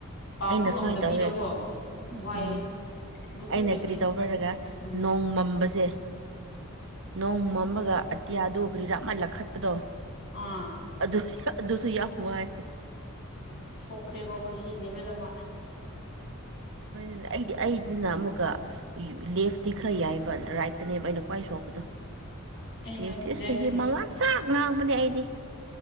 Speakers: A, on the left; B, on the right.
A: ꯄꯥꯡꯕ
B: ꯑꯩꯅ
A: ꯉꯝꯗꯕꯤꯗꯀꯣ
B: ꯁꯨꯃꯥꯏꯅ ꯇꯧꯌꯦ
A: ꯋꯥꯏꯑꯦ
B: ꯎꯝ
A: ꯑꯗꯨ
B: ꯑꯩꯅ
A: ꯎꯞꯂꯗꯤ
B: ꯀ꯭ꯔꯤ ꯇꯧꯕ꯭ꯔꯥ ꯍꯥꯏꯔꯒ
A: ꯎꯝ
B: ꯅꯣꯡ ꯃꯝꯕꯁꯦ ꯅꯣꯡ ꯃꯝꯃꯒ ꯑꯇꯤꯌꯥꯗꯨ ꯀ꯭ꯔꯤꯔꯥ ꯑꯃ ꯂꯪꯈꯠꯄꯗꯣ
A: ꯑꯥ
B: ꯑꯗꯨ ꯑꯗꯨꯁꯨ ꯌꯥꯝ ꯋꯥꯏ
A: ꯁꯣꯛꯈ꯭ꯔꯦꯕ ꯑꯈꯣꯏꯁꯤ ꯂꯦꯕꯦꯜ ꯑꯃ
B: ꯍꯣꯏꯅꯦ ꯑꯩꯗꯤ ꯑꯩꯗꯤꯅ ꯑꯃꯨꯛꯀ ꯂꯦꯐꯇꯤ ꯈ꯭ꯔ ꯌꯥꯏꯌꯦꯕ ꯔꯥꯏꯠꯇꯅꯦꯕ ꯑꯩꯅ ꯈ꯭ꯋꯥꯏ ꯁꯣꯛꯄꯗꯣ
A: ꯑꯩꯅ
B: ꯂꯦꯐꯇꯤ ꯑꯁ
A: ꯂꯦꯐꯅꯦ
B: ꯆꯍꯤ ꯑꯃ ꯉꯥꯡꯁꯥꯡ ꯉꯥꯡꯕꯅꯦ ꯑꯩꯗꯤ